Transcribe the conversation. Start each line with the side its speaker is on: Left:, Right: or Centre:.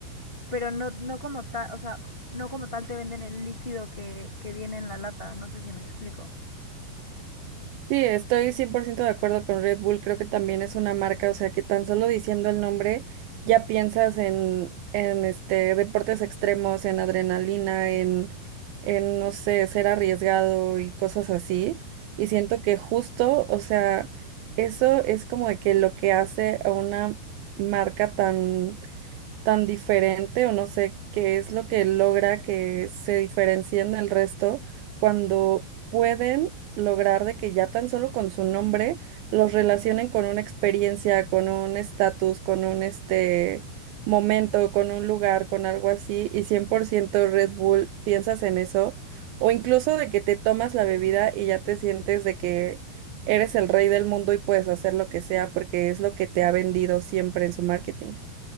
Left: pero no, no como tal, o sea, no como tal te venden el líquido que, que viene en la lata, no sé si me explico.
Right: Sí, estoy 100% de acuerdo con Red Bull. Creo que también es una marca, o sea, que tan solo diciendo el nombre ya piensas en, en este, deportes extremos, en adrenalina, en, en, no sé, ser arriesgado y cosas así. Y siento que justo, o sea, eso es como de que lo que hace a una marca tan tan diferente o no sé qué es lo que logra que se diferencien del resto cuando pueden lograr de que ya tan solo con su nombre los relacionen con una experiencia, con un estatus, con un este momento, con un lugar, con algo así y 100% Red Bull, piensas en eso o incluso de que te tomas la bebida y ya te sientes de que Eres el rey del mundo y puedes hacer lo que sea porque es lo que te ha vendido siempre en su marketing.